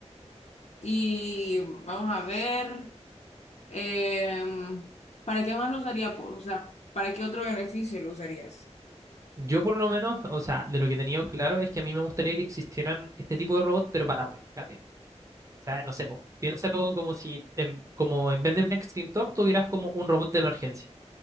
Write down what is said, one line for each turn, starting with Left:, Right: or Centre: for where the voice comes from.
Left: Y vamos a ver, em, ¿para qué más lo usaría, pues? O sea, ¿para qué otro beneficio lo usarías?
Right: Yo por lo menos, o sea, de lo que he tenido claro es que a mí me gustaría que existieran este tipo de robots, pero para rescate. O sea, no sé, po, piénsalo como si en, como en vez de un extintor tuvieras como un robot de emergencia.